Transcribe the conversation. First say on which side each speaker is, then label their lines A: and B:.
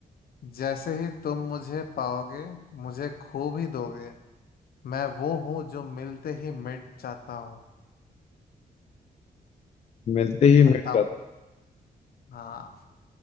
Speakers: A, on the left (about 70°); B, on the left (about 40°).
A: जैसे ही तुम मुझे पाओगे मुझे खो भी दोगे मैं वो हूँ जो मिलते ही मिट जाता हूँ
B: मिलते ही मिल
A: बताओ
B: जाते
A: हाँ